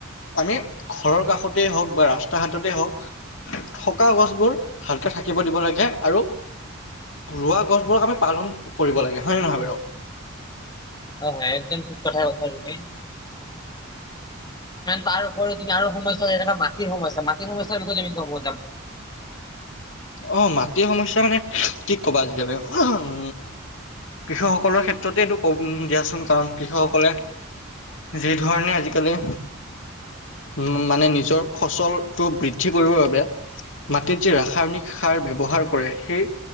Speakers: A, on the left (about 65°); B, on the left (about 20°).
A: আমি ঘৰৰ কাষতেই হওঁক বা ৰাস্তা-ঘাটতে হওঁক। থকা গছবোৰ ভালকে থাকিব দিব লাগে আৰু। ৰোৱা গছবোৰক আমি পালন কৰিব লাগে হয় নে নহয় বাৰু।
B: হয় হয় একদম ঠিক কথায়ে কৈছা তুমি। কাৰণ তাৰউপৰিও যদি তুমি আৰু সমস্যা যেনেকা মাটিৰ সমস্যা মাটিৰ সমস্যাৰ বিষয়ে যদি ক'ব যাম।
A: অ মাটিৰ সমস্যা মানে কি ক'বা আজিকালি উম। কৃষকসকলৰ ক্ষেত্ৰতে এইটো ক'ব দিয়াচোন কাৰণ কৃষকসকলে। যি ধৰণে আজিকালি উম মানে নিজৰ ফচলটো বৃদ্ধি কৰিবৰ বাবে মাটিত যি ৰাসায়নিক সাৰ ব্যৱহাৰ কৰে সেই